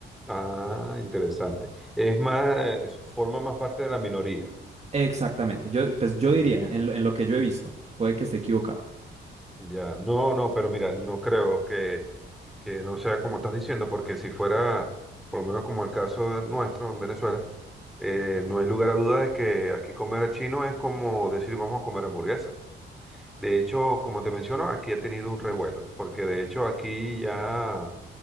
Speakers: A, in the centre; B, on the right.
A: Ah, interesante. Es más, eh, forma más parte de la minoría.
B: Exactamente, yo, pues yo
A: Entiendo.
B: diría, en lo, en lo que yo he visto, puede que esté equivocado.
A: Ya, no, no, pero mira, no creo que que no sea como estás diciendo, porque si fuera, por lo menos como el caso de nuestro en Venezuela, eh, no hay lugar a duda de que aquí comer chino es como decir vamos a comer hamburguesa. De hecho, como te menciono, aquí ha tenido un revuelo, porque de hecho aquí ya